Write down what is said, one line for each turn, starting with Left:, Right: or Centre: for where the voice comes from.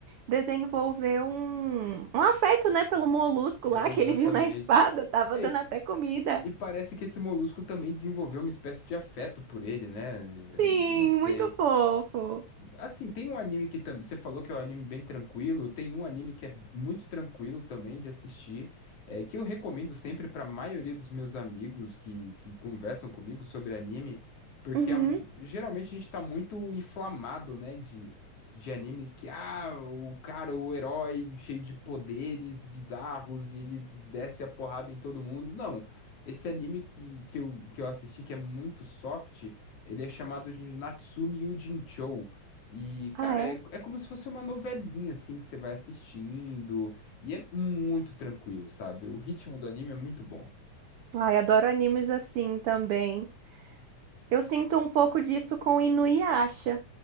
Right: desenvolveu um, um afeto, né, pelo molusco
Left: É,
Right: lá
Left: exatamente.
Right: que ele viu na espada. Tava
Left: É,
Right: dando
Left: e,
Right: até comida.
Left: e parece que esse molusco também desenvolveu uma espécie de afeto por ele, né? Eu
Right: Sim,
Left: n- não sei.
Right: muito fofo.
Left: Assim, tem um anime que também. Você falou que é um anime bem tranquilo. Tem um anime que é muito tranquilo também de assistir. é, que eu recomendo sempre para a maioria dos meus amigos que, que conversam comigo sobre anime. Porque
Right: Uhum.
Left: a- geralmente a gente tá muito inflamado, né? De, de animes que, ah, o cara, o herói cheio de poderes bizarros e ele desce a porrada em todo mundo. Não. Esse anime que, que eu, que eu assisti, que é muito soft, ele é chamado de Natsume Yuujinchou. E,
Right: Ah,
Left: cara,
Right: é?
Left: é, é como se fosse uma novelinha, assim, que você vai assistindo. E é muito tranquilo, sabe? O ritmo do anime é muito bom.
Right: Ai, adoro animes assim também. Eu sinto um pouco disso com Inuyasha.